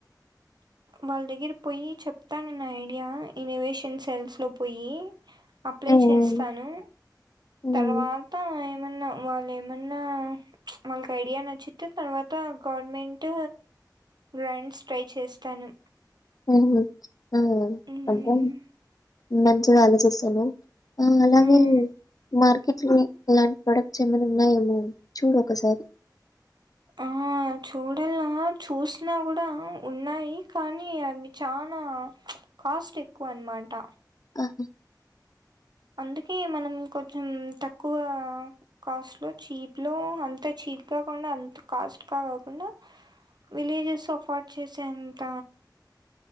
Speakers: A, on the right (about 70°); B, on the left (about 55°).
A: వాళ్ళ దగ్గర పోయి చెప్తానన్న ఐడియా ఇనోవేషన్ సెల్స్ లో పోయి అప్లై
B: హ్మ్.
A: చేస్తాను
B: హ్మ్. హ్మ్.
A: తర్వాత ఏమన్నా వాళ్ళు ఏమన్నా వాళ్ళకి ఐడియా నచ్చితే తర్వాత గవర్నమెంట్ గ్రాంట్స్ ట్రై చేస్తాను
B: ఉహు ఆ
A: మ్మ్.
B: అంటండి మంచిగా ఆలోచిస్తాను ఆ అలాగే
A: మ్మ్.
B: మార్ కిట్లి ఇలాంటి ప్రొడక్ట్స్ ఏమైనా ఉన్నాయేమో చూడు ఒకసారి
A: ఆ చూడలా చూసినా కూడా ఉన్నాయి కానీ అవి చాలా కాస్ట్ ఎక్కువ అన్నమాట
B: ఆహా
A: అందుకే మనం కొంచెం తక్కువ కాస్ట్లో చీప్లో అంత చీప్ కాకుండా అంత కాస్ట్ కా కాకుండా విలేజెస్ అఫోర్డ్ చేసేంత